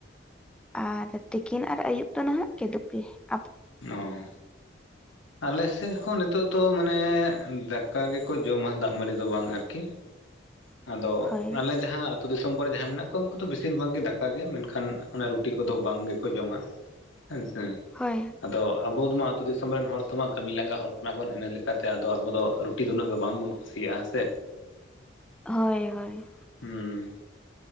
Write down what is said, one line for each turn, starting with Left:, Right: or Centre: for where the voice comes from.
Centre: ᱟᱨ ᱛᱤᱠᱤᱱ ᱟᱨ ᱟᱹᱭᱩᱵ ᱫᱚ ᱱᱟᱦᱟᱜ ᱠᱮᱫᱩᱵ ᱜᱮ ᱾
Left: ᱚᱸᱻ ᱟᱞᱮ ᱥᱮᱫ ᱦᱚᱸ ᱱᱤᱛᱚᱜ ᱫᱚ ᱢᱟᱱᱮ ᱫᱟᱠᱟ ᱜᱮᱠᱚ ᱡᱚᱢᱟ, ᱫᱟᱜ ᱢᱟᱹᱲᱤ ᱫᱚ ᱵᱟᱝ ᱟᱨᱠᱤ ᱾ ᱟᱫᱚ
Centre: ᱦᱳᱭ
Left: ᱟᱞᱮ ᱡᱟᱦᱟᱸ ᱟᱛᱳ ᱫᱤᱥᱚᱢ ᱠᱚᱨᱮ ᱡᱟᱦᱟᱸᱭ ᱢᱮᱱᱟᱜ ᱠᱚᱣᱟ ᱩᱱᱠᱩ ᱫᱚ ᱵᱮᱥᱤᱨ ᱵᱷᱟᱜᱽ ᱜᱮ ᱫᱟᱠᱟ ᱜᱮ ᱢᱮᱱᱠᱷᱟᱱ ᱚᱱᱟ ᱨᱩᱴᱤ ᱠᱚᱫᱚ ᱵᱟᱝ ᱜᱮᱠᱚ ᱡᱚᱢᱟ ᱾ ᱦᱳᱭ ᱥᱮ᱾
Centre: ᱦᱳᱭ᱾
Left: ᱟᱫᱚ ᱟᱵᱚ ᱫᱚᱢᱟ ᱟᱹᱛᱩᱳ ᱫᱤᱥᱚᱢ ᱨᱮᱱ ᱦᱚᱲ ᱛᱮᱢᱟ ᱠᱟᱹᱢᱤ ᱞᱟᱸᱜᱟ ᱦᱚᱲ ᱠᱟᱱᱟ ᱵᱚᱱ ᱤᱱᱟᱹ ᱞᱮᱠᱟᱛᱮ ᱟᱫᱚ ᱟᱵᱚ ᱴᱤ ᱫᱚ ᱩᱱᱟᱹᱜ ᱫᱚ ᱵᱟᱝᱵᱚᱱ ᱠᱩᱥᱤᱭᱟᱜᱼᱟ ᱥᱮ᱾
Centre: ᱦᱳᱭ ᱦᱳᱭ᱾
Left: ᱦᱩᱸ